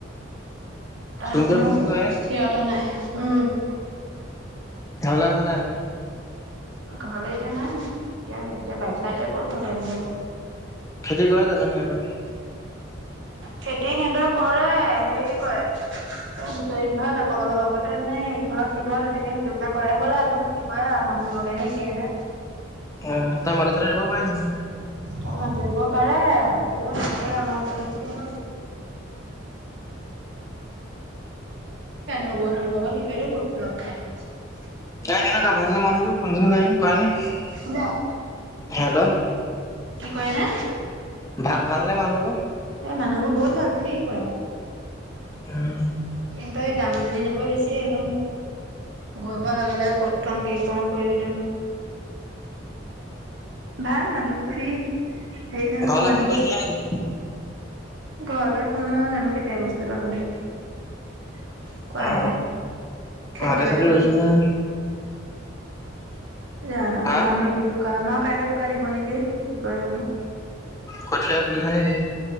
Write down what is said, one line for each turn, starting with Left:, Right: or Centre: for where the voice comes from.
Right: তাৰ
Left: চুম্পীয়ে
Right: কোনো
Left: ফোন চোন কৰে নে
Right: স্থিৰতা নাই উম
Left: অহা নাই
Right: ঘৰলৈ এতিয়া নাই এতিয়া এতিয়া বাৰিষা এতিয়া ক'ত ঘৰলৈ আহবলে হব
Left: খেতি কৰে জানো সিহতৰ
Right: খেতি সিহঁটোৰ কৰে হেৰি কয় এ গোটেইঘৰ লগ লগতে মানে এইঘৰ সিঘৰ তেনেকে সেইটো কা কৰে বোলে এজানো কি ক আ মানুহ লগাই নে কি এ নে
Left: অ মাটি চাটি এৰিব পাৰে জানো
Right: তাই মাটি ৰুব পাৰে এতিয়া অকলে নুৰুৱে চাগৈ লগত হেইপিনে বহুত লগ খাই
Left: নাই কেনেকুৱা ভালনে মানুহবোৰ ফোন চোন কৰেনে সিহতৰ
Right: কোনে কি কৰেনে
Left: ভা ভালনেে মানুহবোৰ
Right: এই মানুহবোৰ বহুত ভাল ফ্ৰী পোৰা
Left: উম
Right: ইহঁতৰ এই ডাঙৰজনী নবৈ বেছি একদম গৈ পোৱা লগে লগে কত থওঁ কি কওঁ কৰি একদম ভাল মানুহবোৰ ফ্ৰী হেৰি নহয়
Left: ঘৰলে
Right: মানুহবোৰ
Left: ফোন কৰিছিলে নেকি
Right: ঘৰলৈ ফোন মঅই জানো কেতিয়া কৰিছিলো পাহৰিল কৰাই
Left: অ
Right: নাই খেতি
Left: মাটি চাটি
Right: বাতি
Left: ৰুইছে
Right: কি
Left: নে জানো
Right: জানো
Left: হা
Right: আমাৰ মাটি বোকা আমাৰ কাইলৈ বোকা দিব নেকি কি ক জানো
Left: কঠীয়া তুলিছে নেকি